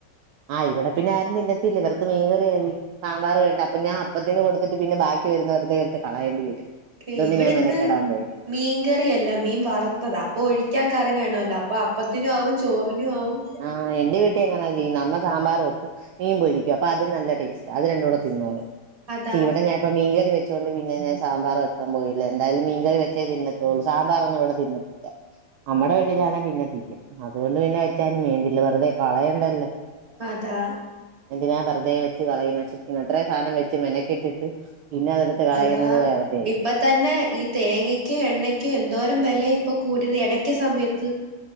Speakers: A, on the right; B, on the right.
A: ആഹ് ഇവിടെ പിന്നെ ആരും തിന്നത്തില്ല ഇവർക്ക് മീൻ കറി മതി സാമ്പാർ വേണ്ട അപ്പൊ ഞാൻ അ അപ്പത്തിന് കൊടുത്തിട്ട് പിന്നെ ബാക്കി വരുന്ന വെറുതെ എടുത്ത് കളയണ്ടി വരും
B: ഏഹ്
A: അതുകൊണ്ട്
B: ഇവിടെ
A: ഞാൻ മെനക്കെടാൻ
B: ഇന്ന്
A: പോയില്ല
B: മീൻകറിയല്ല മീൻ വറുത്തതാ അപ്പൊ ഒഴിക്കാൻ കറി വേണല്ലോ അപ്പൊ അപ്പത്തിനും ആവും ചോറിനും ആവും
A: ആഹ് എന്റെ വീട്ടി എങ്ങനാ നമ്മ സാമ്പാർ വെക്കും മീൻ പൊരിക്കും അപ്പൊ അത് നല്ല ടേസ്റ്റാ അത് രണ്ടും കൂടെ തിന്നോളും
B: അതാ
A: ഇവിടെ ഞാനിപ്പം മീൻകറി വെച്ച ച്ചൊണ്ട് പിന്നെ ഞാൻ സാമ്പാറു വെക്കാൻ പോയില്ല എന്തായാലും മീൻകറി വെച്ചേ തിന്നത്തൊള്ളൂ സാമ്പറൊന്നും ഇവിടെ തിന്നത്തില്ല നമ്മടെ വീട്ടിലാണെ പിന്നെം തിന്നും അതുകൊണ്ട് പിന്നെ വെച്ചാലും വേണ്ടില്ല വെറുതെ കളയണ്ടല്ലോ
B: അതാ
A: എന്തിനാ വെറുതെ വെച്ച് കളയുന്നെ ചിക്കുന്ന അത്രം സാധനം വെച്ച് മെനക്കെട്ടിട്ട് പിന്നെ അതെടുത്ത് കളയുന്നത്
B: അതാ
A: വെറുതെ ആയിപ്പോവും
B: ഇപ്പ തന്നെ ഈ തേങ്ങക്കും എണ്ണക്കും എന്തോ രം വില ഇപ്പൊ കൂടിയത് ഇടയ്ക്ക് സമയത്ത്